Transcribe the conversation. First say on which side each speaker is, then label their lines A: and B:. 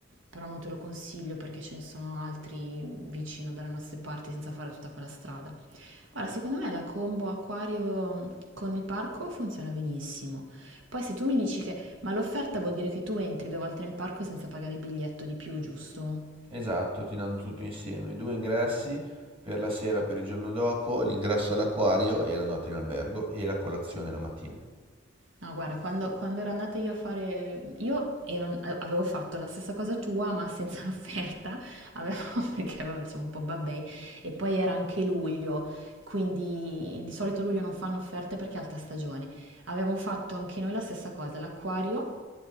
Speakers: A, on the right; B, on the right.
A: però non te lo consiglio perché ce ne sono altri vicino dalle nostre parti senza fare tutta quella strada. Guarda, secondo me la combo acquario mm, con il parco funziona benissimo. Poi se tu mi dici che... Ma l'offerta vuol dire che tu entri due volte nel parco senza pagare il biglietto di più, giusto?
B: Esatto, ti danno tutto insieme, due ingressi per la sera, per il giorno dopo, l'ingresso all'acquario e la notte in albergo e la colazione la mattina.
A: No, guarda, quando, quando ero andata io a fare... Io ero- avevo fatto la stessa cosa tua, ma senza l'offerta, avevo, <laughs> perché vabbè, siamo un po' babbei, e poi era anche luglio, quindi di solito a luglio non fanno offerte perché è alta stagione. Avevamo fatto anche noi la stessa cosa, l'acquario,